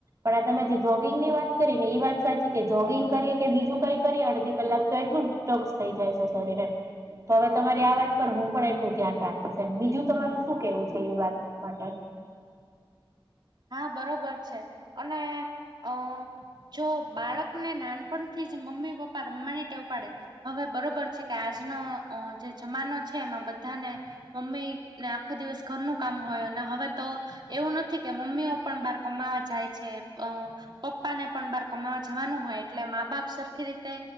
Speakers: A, on the right; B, on the right.
A: પણ આ તમે જે જોગિંગ ની વાત કરી ને એ વાત સાચી કે જોગિંગ કરીએ કે બીજું કઈ કરીએ અડધી કલાક તો એટલું ટોક્સ થઈ જાય છે શરીરે તો હવે તમારી આ વાત પર હું પણ એટલું ધ્યાન રાખું છેમ બીજું તમારું શું કેવું છે એ વાત માટે
B: હા બરોબર છે અને અ જો બાળકને નાનપણથી જ મમ્મી પપ્પા રમવાની ટેવ પાડે હવે બરોબર છે કે આજનો જે જમાનો છે એમાં બધાને મમ્મી ને આખો દિવસ ઘરનું કામ હોય અને હવે તો એવું નથી કે મમ્મીઓ પણ બહાર કમાવા જાય છે. અ પપ્પા ને પણ બાર કમાવા જવાનું હોય એટલે મા બાપ સરખી રીતે